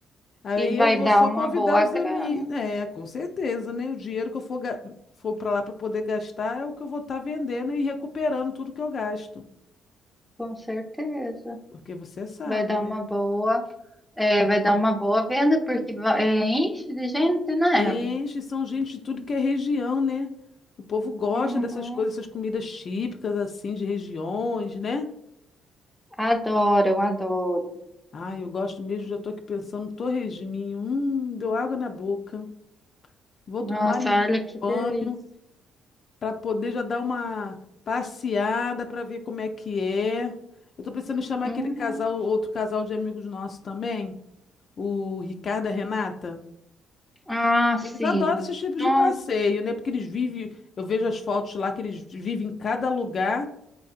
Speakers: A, on the left (about 50°); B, in the centre.
A: Aí
B: e
A: eu
B: vai
A: vou
B: dar
A: só
B: uma
A: convidar
B: boa
A: os
B: grana.
A: amigos. É, com certeza, né? O dinheiro que eu for, ga- for para lá para poder gastar é o que eu vou estar vendendo e recuperando tudo que eu gasto.
B: Com certeza.
A: Porque você sabe,
B: Vai dar
A: né?
B: uma boa, é, vai dar uma boa venda, porque va- é, enche de gente, né?
A: Enche, são gente de tudo que é região, né? O povo gosta
B: Uhum.
A: dessas coisas, essas comidas típicas, assim, de regiões, né?
B: Adoro, adoro.
A: Ah, eu gosto mesmo, já tô aqui pensando no torresminho. Hum, deu água na boca. Vou
B: Nossa,
A: tomar um
B: olha que delícia.
A: banho. para poder já dar uma passeada para ver como é que é. Eu tô pensando em chamar
B: Uhum.
A: aquele casal, outro casal de amigos nossos também, o Ricardo e a Renata.
B: Ah, sim.
A: Eles adoram esses tipos
B: Nossa,
A: de passeio, né? Porque eles vivem, eu vejo as fotos lá que eles vivem em cada lugar